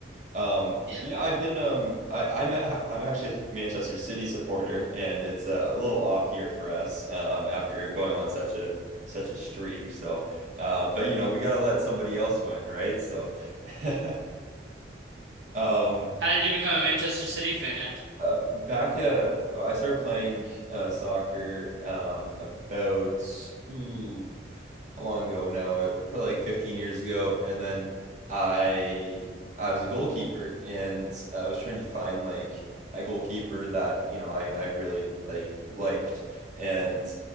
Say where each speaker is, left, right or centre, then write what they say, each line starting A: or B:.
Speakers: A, on the right; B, on the right.
A: Um,
B: Yeah.
A: yeah, I've been um I, I'm a, I'm actually a Manchester City supporter and it's uh, a little off here for us um after going on such a such a streak. So um but you know, we got to let somebody else win, right? So <laughs> um
B: How did you become a Manchester City fan?
A: uh, back uh I started playing uh soccer um about ooh how long ago now? Probably like 15 years ago. And then I I was a goalkeeper and I was trying to find like a goalkeeper that, you know, I, I really like liked. And